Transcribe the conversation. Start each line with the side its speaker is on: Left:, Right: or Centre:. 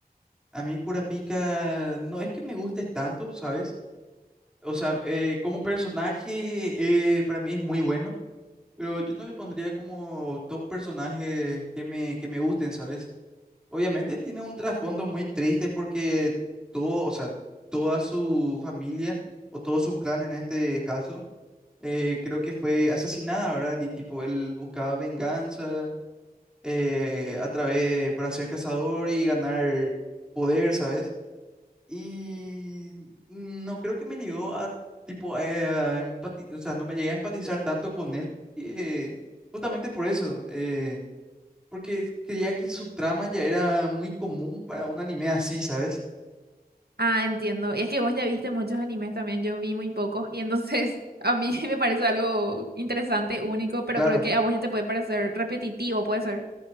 Centre: A mí Kurapika no es que me guste tanto, ¿sabes? O sea, eh, como personaje eh, para mí es muy bueno, pero yo no le pondría como top personajes que me, que me gusten, ¿sabes? Obviamente tiene un trasfondo muy triste porque todo, o sea, toda su familia o todo su clan en este caso eh, creo que fue asesinada, ¿verdad? Y tipo, él buscaba venganza eh, a través para ser cazador y ganar poder, ¿sabes? Y no creo que me llegó a tipo eh, a empati- o sea, no me llegué a empatizar tanto con él porque justamente por eso, eh, porque creía que su trama ya era muy común para un anime así, ¿sabes?
Right: Ah, entiendo. Y es que vos ya viste muchos animes también, yo vi muy pocos y entonces <laughs> a mí me parece algo interesante, único, pero
Centre: Claro,
Right: creo que a vos ya te puede parecer repetitivo, puede ser.